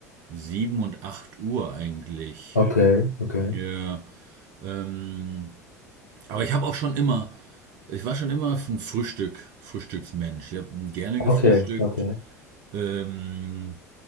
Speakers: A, on the right; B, on the left.
A: 7 und 8 Uhr eigentlich.
B: Okay, okay,
A: Ja, ähm, aber ich habe auch schon immer, ich war schon immer ein Frühstück, Frühstücksmensch. Ich habe gerne gefrühstückt.
B: okay, okay.
A: Ähm,